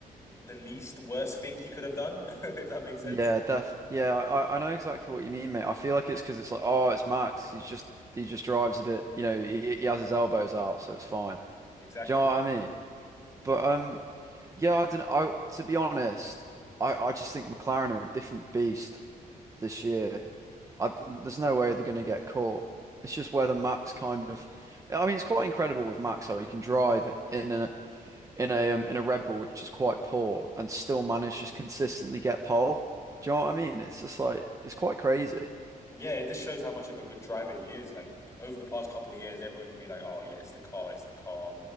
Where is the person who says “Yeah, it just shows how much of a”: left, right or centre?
Left